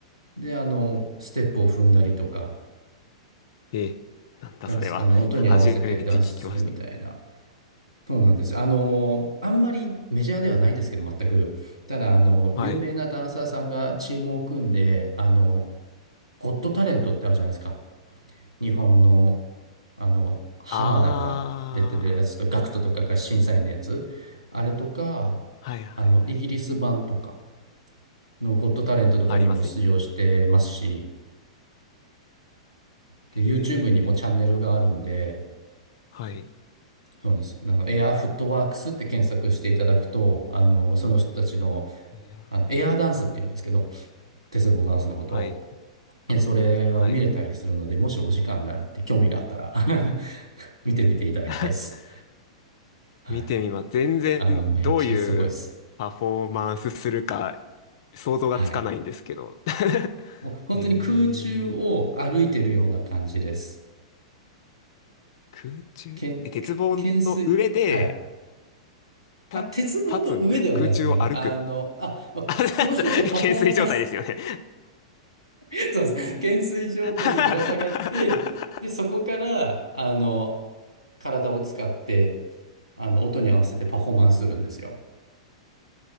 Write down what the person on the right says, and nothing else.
で、あの、ステップを踏んだりとか、
ダンス、あの、音に合わせてダンスするみたいな。
そうなんです。あの、あんまりメジャーではないですけど、全く。ただ、あの、
有名なダンサーさんがチームを組んで、あの、ゴッドタレントってあるじゃないですか。日本の、あの、浜田が出てるやつと、
ガクトとかが審査員のやつ。あれとか、
あの、イギリス版とかのゴッドタレントとかにも出場してますし、
で、YouTube
にもチャンネルがあるんで、
そうです。あの、エアーフットワークスって検索していただくと、あの、その人たちの、
あの、エアーダンスって言うんですけど、鉄棒ダンスのことを、
えそれを見れたりするので、
もしお時間があって、興味があったら <laughs> 見てみていただきたいです。
はい。
あの、めっちゃすごいです。
はい。
もう本当に空中を歩いてるような感じです。
けん、
け懸垂。はい。
あ、鉄棒の上ではないですね。
あの、あ、
まその人たちはパフォーマン
<laughs> そうです。懸垂状態でぶら下がって、
で、そこから、あの、体を使って、あの、音に合わせてパフォーマンスするんですよ。